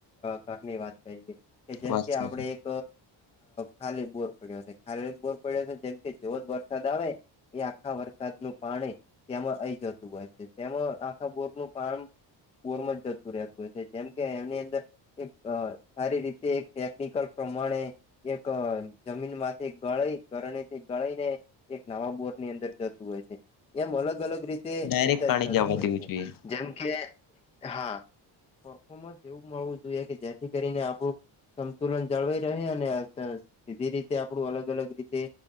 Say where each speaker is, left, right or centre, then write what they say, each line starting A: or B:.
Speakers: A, on the left; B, on the left.
A: ઘરની વાત કરીએ કે જેમકે,
B: વાત
A: આપણે
B: સાચી
A: એક ખાલી બોર પડ્યો છે. ખાલી એક બોર પડ્યો છે, જેમકે જોર યાદ આવે. એ આખા વરસાદનું પાણી તેમાં આઈ જતું હોય છે. તેમાં આખા બોરનું પાણી બોર મા જ જતું રહેતું હોય છે, જેમ કે એમની અંદર એક સારી રીતે, એક ટેકનિકલ પ્રમાણે એક જમીન માંથી ગળાઈ ગરણીથી ગળાઈ ને એક નવા બોર્ડ ની અંદર જતું હોય છે. એમ અલગ અલગ રીતે
B: ડાયરેક્ટ
A: રિચાર્જ
B: પાણી
A: થતું
B: જવા
A: હોય
B: દેવું
A: છે
B: જોઈએ
A: જેમ કે, હા, પરફોમન્સ એવું મળવું જોઈએ કે જેથી કરીને આપડું સંતુલન જળવાઈ રહે અને સીધી રીતે આપડું અલગ અલગ રીતે